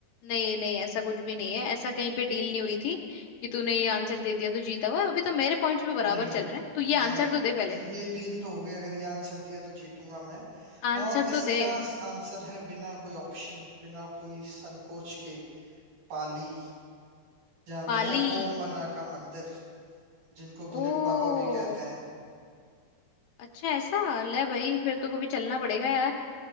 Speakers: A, on the left (about 70°); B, on the right (about 65°).
A: नहीं नहीं ऐसा कुछ भी नहीं है ऐसा कहीं पे डील नहीं हुई थी कि तूने ये आंसर दे दिया तो जीता हुआ अभी तो मेरे पॉइंट्स पे बराबर
B: नहीं
A: चल रहे हैं तू ये
B: नहीं
A: आंसर तो दे पहले
B: ये डील तो हो गई अगर ये आंसर दिया तो जीतूंगा मैं
A: आंसर
B: और
A: तो
B: इसका
A: दे
B: आंसर है बिना कोई ऑप्शन बिना कोई संकोच के पाली जहाँ
A: पाली
B: पे है ओम बना का मंदिर जिनको बुलेट
A: ओ
B: बाबा भी कहते हैं
A: अच्छा ऐसा ले भाई फिर तो कभी चलना पड़ेगा यार